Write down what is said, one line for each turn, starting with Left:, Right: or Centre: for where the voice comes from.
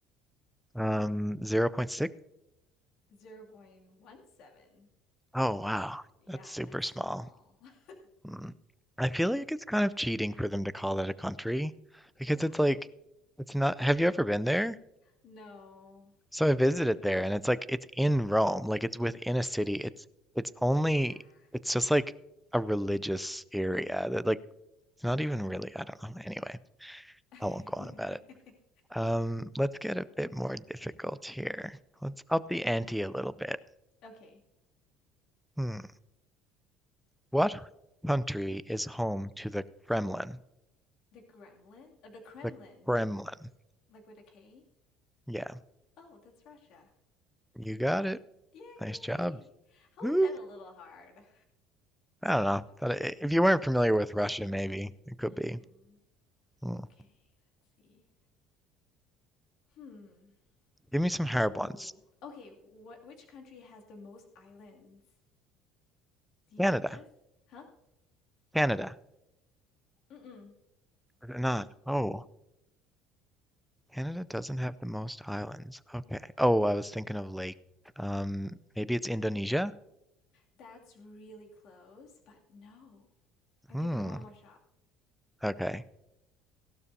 Centre: Um, zero point 0.6.
Left: 0.17.
Centre: Oh, wow.
Left: Yeah,
Centre: That's super
Left: that's
Centre: small.
Left: small. <laughs>
Centre: Hmm. I feel like it's kind of cheating for them to call that a country because
Left: Why?
Centre: it's like, it's not. Have you ever been there?
Left: No.
Centre: So I visited there and it's like it's in Rome, like it's within a city. It's it's
Left: Yeah.
Centre: only it's just like a religious area that like it's not even really, I don't know. Anyway,
Left: <laughs> okay.
Centre: I won't go on about it. Um, let's get a bit more difficult here. Let's up the ante a little bit.
Left: Okay.
Centre: Hmm. What country is home to the Kremlin?
Left: The Gremlin? Uh, the Kremlin.
Centre: The Kremlin.
Left: Like with a K?
Centre: Yeah,
Left: Oh, that's Russia.
Centre: you got it.
Left: Yay!
Centre: Nice job.
Left: How
Centre: Woo.
Left: is that a little hard?
Centre: I don't know.
Left: Okay.
Centre: Thought it- If you weren't familiar with Russia, maybe it could
Left: Mm-hmm.
Centre: be. Hmm.
Left: Okay, let's see. Hmm.
Centre: Give me some hard
Left: Ooh.
Centre: ones.
Left: Okay, what which country has the most islands? Do you
Centre: Canada,
Left: know this? Huh?
Centre: Canada,
Left: Mm-mm.
Centre: or not. Oh, Canada doesn't have the most islands. Okay. Oh, I was thinking of lake. Um, maybe it's Indonesia?
Left: That's really close, but no. I'll
Centre: Hmm.
Left: give you one more shot.
Centre: Okay.